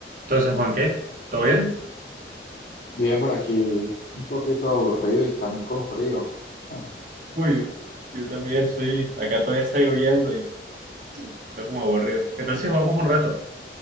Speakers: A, on the right; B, on the left.
A: Entonces, Juan, ¿qué? ¿Todo bien?
B: Bien, por aquí un poquito aburrido y también con frío. <laughs>
A: Uy, yo, yo también estoy, acá todavía está lloviendo y estoy como aburrido. ¿Qué tal si jugamos un rato?